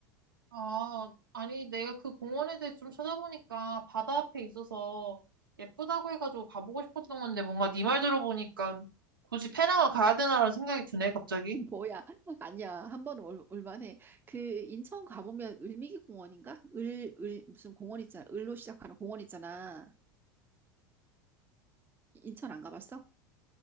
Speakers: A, on the right; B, on the right.
A: 아, 아니 내가 그 공원에 대해 좀 찾아보니까 바다 앞에 있어서 예쁘다고 해가지고 가보고 싶었던 건데 뭔가 네 말 들어보니까 굳이 페낭을 가야 되나라는 생각이 드네, 갑자기.
B: 뭐야? <laughs> 아니야. 한 번은 올, 올만해. 그 인천 가보면 을미기 공원인가? 을, 을, 무슨 공원 있잖아. 을로 시작하는 공원 있잖아. 인천 안 가봤어?